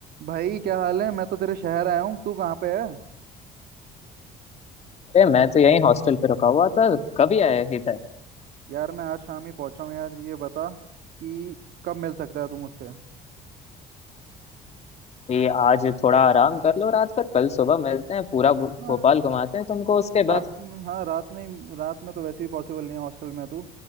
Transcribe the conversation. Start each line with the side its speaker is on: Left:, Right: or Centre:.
Right: भाई क्या हाल है मैं तो तेरे शहर आया हूँ तू कहाँ पे है
Left: अरे मैं तो यहीं हॉस्टल पे रुका हुआ था कभी आया इधर
Right: यार मैं आज शाम ही पहुँचा हूँ यार ये बता कि कब मिल सकता है तू मुझसे
Left: ये आज थोड़ा आराम कर लो रात पर कल सुबह मिलते हैं पूरा भो-
Right: हाँ
Left: भोपाल घुमाते हैं तुमको उसके
Right: रात
Left: बाद
Right: में हाँ रात में ही- रात में तो वैसे भी पॉसिबल नहीं है हॉस्टल में है तू